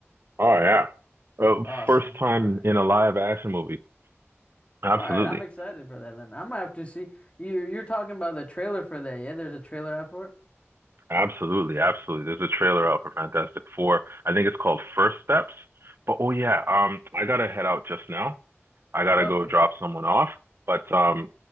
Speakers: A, on the right; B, on the left.
A: Oh, yeah. Uh,
B: Awesome.
A: first time
B: All right.
A: in a live action movie. Absolutely.
B: All right. I'm excited for that then. I'm gonna have to see you you're talking about the trailer for that, yeah? There's a trailer out for it?
A: Absolutely, absolutely. There's a trailer out for Fantastic Four. I think it's called First Steps. But oh yeah, um, I gotta head out just now. I gotta
B: Okay.
A: go drop someone off. But um,